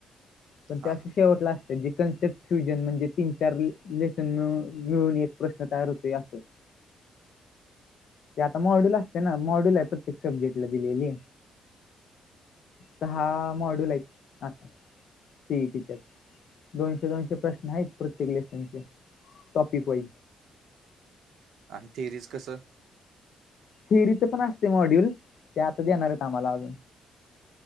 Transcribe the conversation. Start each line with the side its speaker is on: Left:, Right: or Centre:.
Left: पण
Right: हा
Left: ते असं
Right: हा
Left: शेवटला अस त्याचं कनसेप्ट फ्युजन म्हणजे... तीन चार... लेसन मिळ... मिळून एक प्रश्न तयार होतोय असं ते आता मॉड्युल असते ना... मॉड्युल आहे... प्रत्येक सब्जेक्टला दिलेली दहा मॉड्यल हेत... आ सीईटीच्या दोनशे दोनशे प्रश्न हायेत... प्रत्येक लेसनचे.... टॉपिक वाईज
Right: आणि थेरीचं कसं
Left: थेअरीचं पण असतं मॉड्युल... ते आता देणार हेत आम्हाला अजून